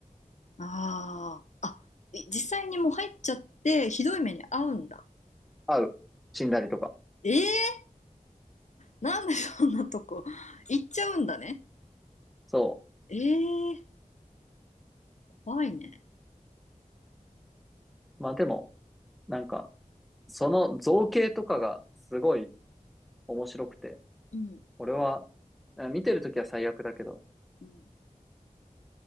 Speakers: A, on the left; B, in the centre.
A: ああ。あ、い実際にもう入っちゃって、ひどい目に遭うんだ。
B: 会う。死んだりとか。
A: ええーなんでそんなとこ行っちゃうんだね。
B: そ
A: ええー怖いね。
B: う。まあでも、なんか、その造形とかがすごい面白くて、
A: うん、
B: 俺は、あ見てるときは最悪だけど、
A: うん、